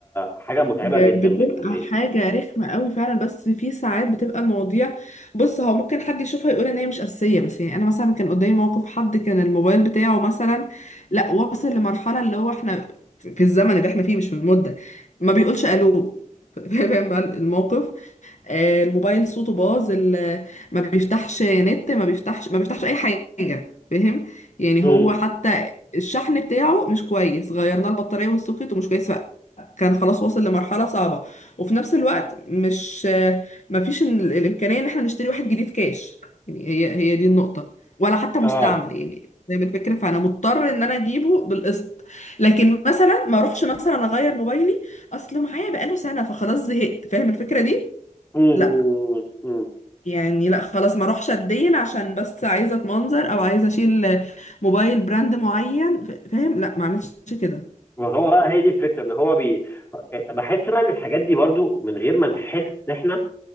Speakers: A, on the left; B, on the left.
A: حاجه متعبه
B: ب-
A: جدا
B: بتبقى
A: بالنسبه لي
B: حاجه رخمه قوي فعلا بس في ساعات بتبقى المواضيع بص هو ممكن حد يشوفها يقول ان هي مش اساسيه بس يعني انا مثلا كان قدامي موقف حد كان الموبايل بتاعه مثلا لا وصل لمرحله اللي هو احنا في في الزمن اللي احنا فيه مش في المده ما بيقولش الو <laughs> فاهم بقى الموقف آه، الموبايل صوته باظ ال- ما بيفتحش نت ما بيفتحش ما بيفتحش اي حاجه فاهم يعني
A: امم
B: هو حتى الشحن بتاعه مش كويس غيرنا البطاريه والسوكت ومش كويس ف- كان خلاص واصل لمرحله صعبه وفي نفس الوقت مش آه، ما فيش ال- الامكانيه ان احنا نشتري واحد جديد كاش يعني هي هي دي النقطه ولا حتى مستعمل
A: اه
B: يعني زي ما الفكره فانا مضطر ان انا اجيبه بالقسط لكن مثلا ما اروحش مثلا اغير موبايلي اصله معايا بقاله سنه فخلاص زهقت فاهم الفكره دي
A: امم
B: لا
A: امم
B: يعني لا خلاص ما اروحش اتدين عشان بس عايزه اتمنظر او عايزه اشيل موبايل براند معين ف- فاهم لا ما اعملش كده
A: وهو بقى هي دي الفكره ان هو بي بحس بقى ان الحاجات دي برضو من غير ما نحس احنا